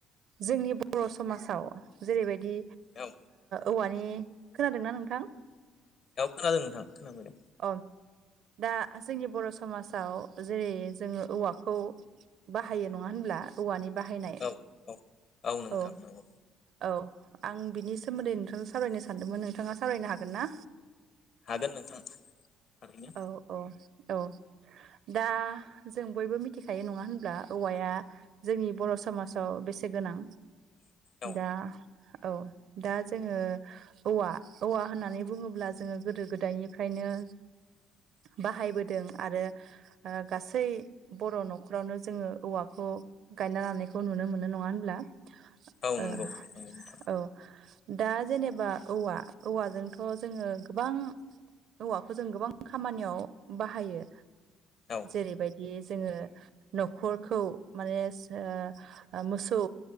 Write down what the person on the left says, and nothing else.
औ
औ खोनादों नोंथां खोनाफैदों।
औ औ नोंथां
नंगौ
हागोन नोंथां थारैनो
औ
<inaudible>
औ
नंगौ नंगौ नोंथां
औ